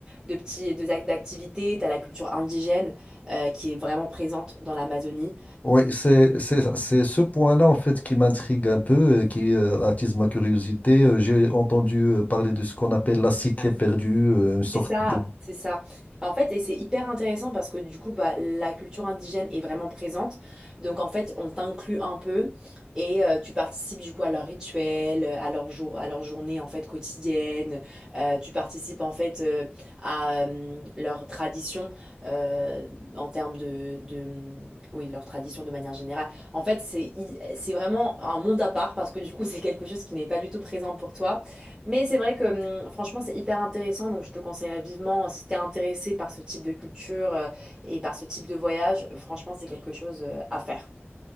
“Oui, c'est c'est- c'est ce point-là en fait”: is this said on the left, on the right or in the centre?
Left